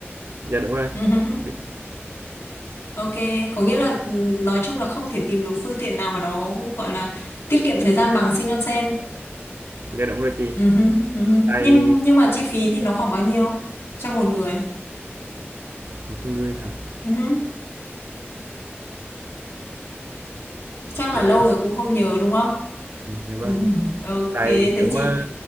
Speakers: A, on the right; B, on the left.
A: dạ đúng rồi
B: Ừ, hừ, hừ.
A: Đi-
B: Ok, có nghĩa là ừ, nói chung là không thể tìm được phương tiện nào mà nó gọi là tiết kiệm thời gian bằng Shinkansen.
A: dạ đúng rồi chị
B: Ừ, hừ, ừ, hừ.
A: tại
B: Nhưng nhưng mà chi phí thì nó khoảng bao nhiêu cho một người?
A: một người hả
B: Ừ, hừ. Chắc là
A: chị
B: lâu
A: để em
B: rồi
A: xin
B: cũng không nhớ đúng không?
A: dạ vâng
B: Ừ, hừ. Ok,
A: tại nếu
B: thế
A: mà
B: chị.